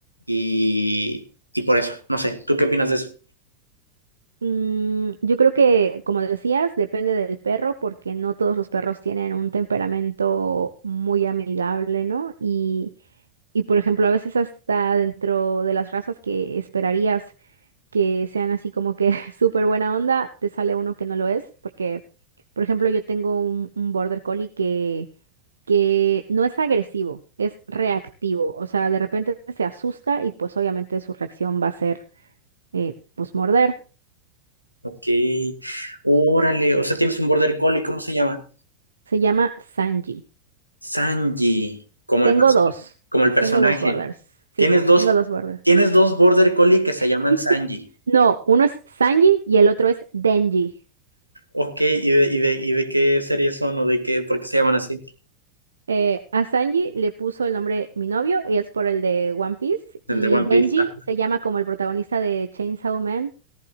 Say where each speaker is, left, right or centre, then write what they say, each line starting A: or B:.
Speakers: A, on the right; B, on the right.
A: Y, y por eso, no sé, ¿tú qué opinas de eso?
B: Mm, yo creo que, como decías, depende del perro porque no todos los perros tienen un temperamento muy amigable, ¿no? Y Y por ejemplo, a veces hasta dentro de las razas que esperarías que sean así como que <laughs> súper buena onda, te sale uno que no lo es, porque, por ejemplo, yo tengo un, un border collie que, que no es agresivo, es reactivo. O sea, de repente se asusta y pues obviamente su reacción va a ser eh, pues morder.
A: Ok, órale, o sea, tienes un border collie, ¿cómo se llama?
B: Se llama Sanji.
A: Sanji, como
B: Tengo
A: el, perso-
B: dos,
A: como el personaje.
B: tengo dos borders. Sí,
A: Tienes dos,
B: tengo dos borders.
A: tienes dos border collie que se llaman
B: <laughs>
A: Sanji.
B: No, uno es Sanji y el otro es Denji.
A: Ok, ¿y de, y de, y de qué serie son o de qué, por qué se llaman así?
B: Eh, a Sanji le puso el nombre Mi novio y es por el de One Piece.
A: El
B: Y
A: de One
B: Denji
A: Piece. Ah,
B: se llama como el protagonista de Chainsaw Man.